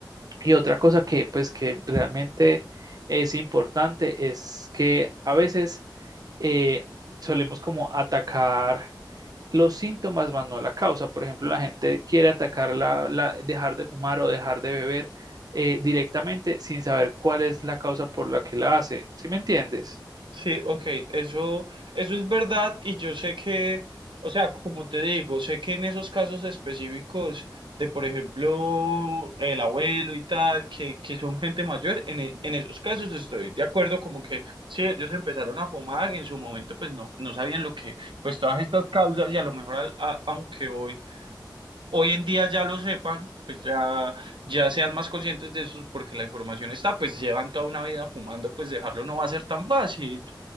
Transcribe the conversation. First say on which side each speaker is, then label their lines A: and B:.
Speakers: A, on the right (about 50°); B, on the right (about 90°).
A: Y otra cosa que pues que realmente es importante es que a veces eh, solemos como atacar los síntomas más no la causa. Por ejemplo, la gente quiere atacar la, la- dejar de fumar o dejar de beber eh, directamente sin saber cuál es la causa por la que la hace. ¿Sí me entiendes?
B: Sí, ok, eso, eso es verdad y yo sé que, o sea, como te digo, sé que en esos casos específicos de, por ejemplo, el abuelo y tal, que, que son gente mayor, en, e- en esos casos estoy de acuerdo, como que sí, ellos empezaron a fumar y en su momento pues no, no sabían lo que, pues todas estas causas y a lo mejor al- a- aunque hoy, hoy en día ya lo sepan, pues ya, ya sean más conscientes de eso porque la información está, pues llevan toda una vida fumando, pues dejarlo no va a ser tan fácil.